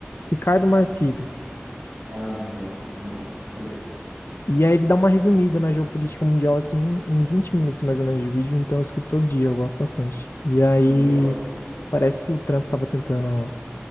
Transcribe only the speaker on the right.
Ah, não, conheço não. Vou saber.
Ah, legal.